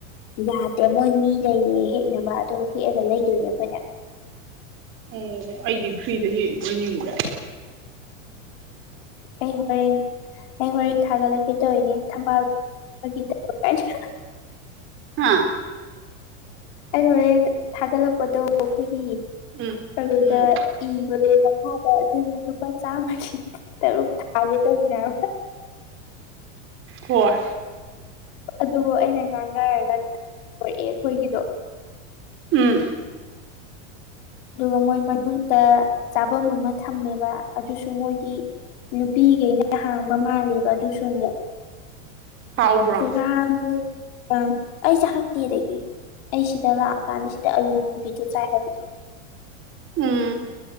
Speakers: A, on the left (about 50°); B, on the right (about 30°).
A: ꯌꯥꯗꯦ ꯃꯣꯏ ꯃꯤ ꯂꯩꯌꯦ ꯍꯦꯛꯅꯕ ꯑꯗꯨꯒ ꯍꯦꯛꯑꯒ ꯂꯩꯗꯣꯏꯅꯦ ꯑꯩꯈꯣꯏꯅ
B: ꯑꯣ ꯑꯩꯗꯤ ꯐ꯭ꯔꯤꯗ ꯍꯦꯛꯏꯕꯣꯏ ꯅꯤꯡꯉꯨꯔꯦ
A: ꯑꯩ ꯍꯣꯔꯦꯟ ꯑꯩ ꯍꯣꯔꯦꯟ ꯊꯥꯒꯠꯂꯛꯀꯦ ꯇꯧꯔꯤꯅꯦ ꯊꯝꯕꯥꯜ <unintelligible>
B: ꯍꯥꯥ
A: ꯑꯩꯅ ꯍꯣꯔꯦꯟ ꯊꯥꯒꯠꯂꯛꯄꯗꯣ ꯑꯩꯈꯣꯏꯒꯤ
B: ꯎꯝ
A: ꯑꯂꯨꯗ
B: ꯎꯝ
A: ꯏ <unintelligible> ꯃꯈꯥꯗ ꯑꯗꯨꯅ ꯂꯨꯄꯥ ꯆꯥꯝꯃꯒꯤ ꯇꯔꯨꯛ ꯊꯥꯒꯦ ꯇꯧꯅꯦꯕ
B: ꯍꯣꯏ
A: ꯑꯗꯨꯕꯨ ꯑꯩꯅ ꯉꯥꯡꯅꯔꯒ ꯄꯨꯔꯛꯑꯦ ꯑꯩꯈꯣꯏꯒꯤꯗꯣ
B: ꯎꯝ
A: ꯑꯗꯨꯒ ꯃꯣꯏ ꯃꯅꯨꯡꯗ ꯆꯥꯐꯝ ꯑꯃ ꯊꯝꯃꯦꯕ ꯑꯗꯨꯁꯨ ꯃꯣꯏꯒꯤ ꯅꯨꯄꯤꯈꯩꯅ ꯍꯥꯡꯕ ꯃꯥꯂꯦꯕ ꯑꯗꯨꯁꯨ ꯑꯃꯨꯛ
B: ꯍꯥꯎꯕ꯭ꯔꯣ
A: ꯄꯨꯔꯥ ꯑꯃꯛ ꯑ ꯑꯩꯁ ꯍꯛꯇꯦꯗꯒꯤ ꯑꯩ ꯁꯤꯗ ꯂꯥꯛ ꯆꯥꯛ ꯀꯥꯟꯗ ꯁꯤꯗ ꯑꯂꯨꯒꯤꯁꯨ ꯆꯥꯏ ꯍꯥꯏꯕꯅꯤ
B: ꯎꯝ